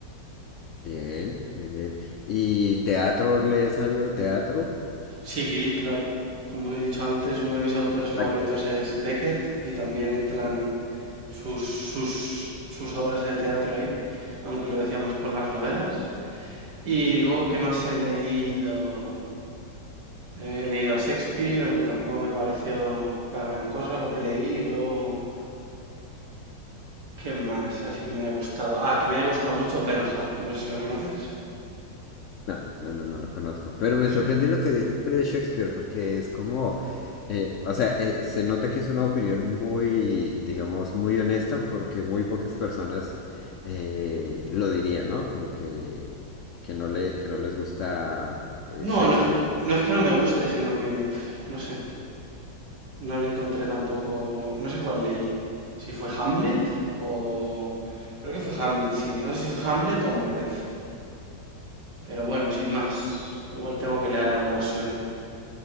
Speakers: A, on the left (about 80°); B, on the right (about 65°).
A: Bien, bien, bien. ¿Y teatro, lees algo de teatro?
B: Sí, claro. Como he dicho antes, uno de mis autores
A: Ay,
B: favoritos
A: pues,
B: es Beckett y también entran
A: sí.
B: sus, sus, sus obras de teatro ahí, aunque lo decía más por las novelas. Y luego, ¿qué más he leído? He leído a Shakespeare, aunque tampoco me pareció la gran cosa lo que leí. Y luego, ¿qué más? Así que me haya gustado. Ah, que me haya gustado mucho Bernhardt. No sé si lo conoces.
A: No, no, no, no lo conozco. Pero me
B: Es-
A: sorprende lo que dijiste de Shakespeare, porque es como, eh, o sea, eh, se nota que es una opinión muy, digamos, muy honesta, porque muy pocas personas eh, lo dirían, ¿no? Como que, que no le, que no les gusta eh,
B: No,
A: Shakespeare.
B: no es que, no es que no me guste, sino que, pf, no sé, no le encontré tampoco, no sé cuál leí. Si fue Hamlet o... Creo que fue Hamlet, sí. No sé si fue Hamlet o Macbeth. Pero bueno, sin más. Igual tengo que leer
A: Sí.
B: algo más suyo.